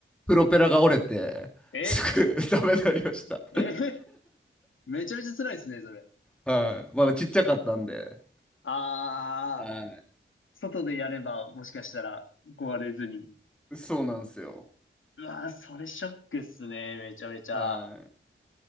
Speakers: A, in the centre; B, on the left (about 70°).
A: プロペラが折れて、
B: え、
A: すぐ <laughs> ダメになりました。
B: え、めちゃめちゃ辛いですね、それ。
A: はい。まだちっちゃかったんで。
B: ああ、
A: は
B: 外でやれば、もしかしたら、壊れずに。
A: い。そうなんですよ。
B: うわー、それショックっすね、めちゃめちゃ。
A: は